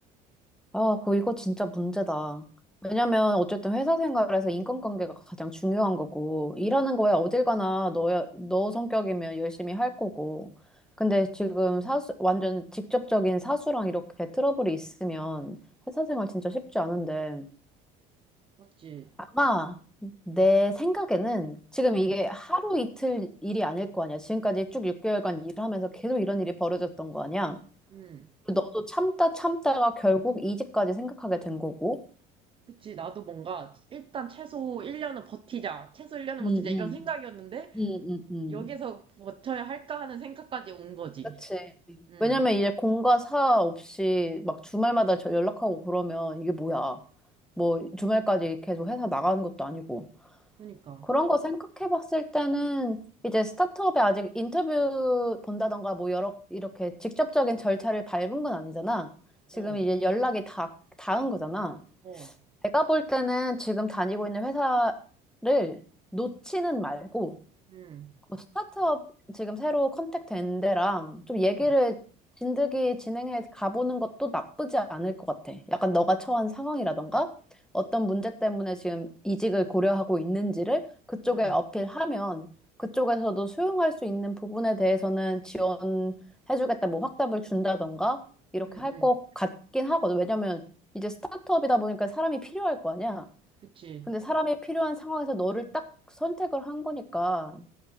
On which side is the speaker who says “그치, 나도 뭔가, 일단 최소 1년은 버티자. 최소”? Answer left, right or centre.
Right